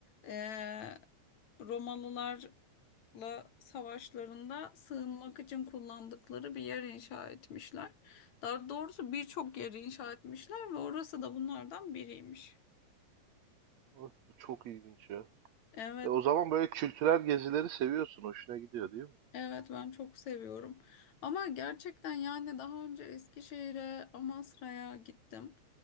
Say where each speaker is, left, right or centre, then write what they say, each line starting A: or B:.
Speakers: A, on the left; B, on the right.
A: e, Romalılar La savaşlarında sığınmak için kullandıkları bir yer inşa etmişler. Daha doğrusu birçok yeri inşa etmişler ve orası da bunlardan biriymiş.
B: Hı, Bu çok ilginç ya.
A: Evet,
B: E, o zaman böyle kültürel gezileri seviyorsun. Hoşuna gidiyor değil mi?
A: Evet ben çok seviyorum. Ama gerçekten yani daha önce Eskişehir'e, Amasra'ya gittim.